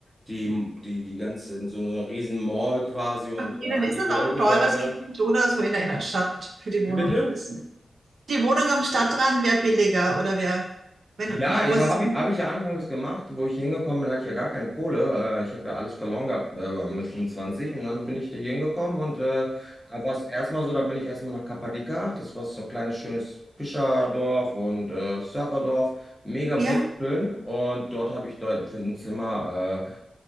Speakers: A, in the centre; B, on the right.
A: die, die, die ganze, so eine riesen Mall quasi und
B: Okay,
A: äh, all
B: dann ist
A: die
B: das
A: Bürogebäude.
B: auch ein teures Gebiet oder so in der Innenstadt für die Wohnung.
A: Wie bitte?
B: Das- Die Wohnung am Stadtrand wäre billiger oder wäre, wenn
A: Ja,
B: du du wohnst.
A: ich habe ich, hab ich ja anfangs gemacht, wo ich hingekommen bin, hatte ich ja gar keine Kohle. Äh, ich habe ja alles verloren gehabt äh, mit 25 und dann bin ich da hingekommen und äh, da war es erstmal so, da bin ich erstmal nach Kappadika. Das war so ein kleines schönes Fischerdorf und äh, Surferdorf, mega
B: Ja,
A: wunderschön und dort habe ich dort für ein Zimmer äh,